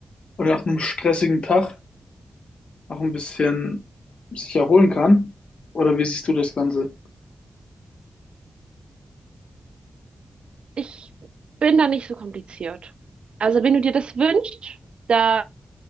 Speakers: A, on the left; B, on the right.
A: oder nach einem stressigen Tag auch ein bisschen sich erholen kann. Oder wie siehst du das Ganze?
B: ich bin da nicht so kompliziert. Also wenn du dir das wünschst, dann